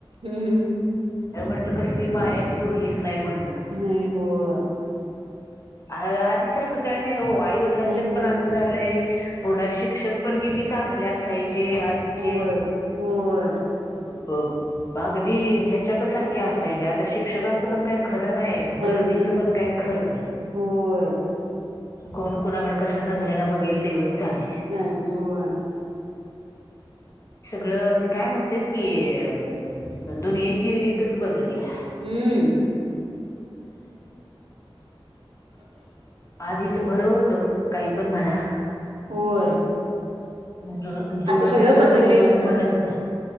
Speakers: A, on the right (about 80°); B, on the left (about 35°).
A: हम्म
B: ए म्हटलं कसली माया ती उरलीच नाही म्हण
A: नाही होय
B: आधी सारखं काय नाही हो आई वडिलांच्यात
A: नाही नाही
B: पण असं झालय पुन्हा शिक्षक पण किती चांगले असाय चे आधीचे
A: होय होय
B: बग आगदी ह्याच्यात सारखे आसायचे आता शिक्षकांचं पण काय ख खरं नाय
A: नाही
B: गर्दीचं
A: नाही
B: पण काय खरं नाय
A: होय
B: कोण कोनाकडं कश्या नजरेनं बघेल देवच जाणे
A: काय होय
B: सगळं ते काय म्हणत्यात की अं दुनियेची रीत तेच बदल्या
A: हम्म <inaudible>
B: आधीच बरं होत. काही पण म्हणा
A: होय
B: जु जुनं
A: आता सगळं
B: ते सोनं
A: बदललंय
B: उगच
A: सगळं
B: म्हणत नाही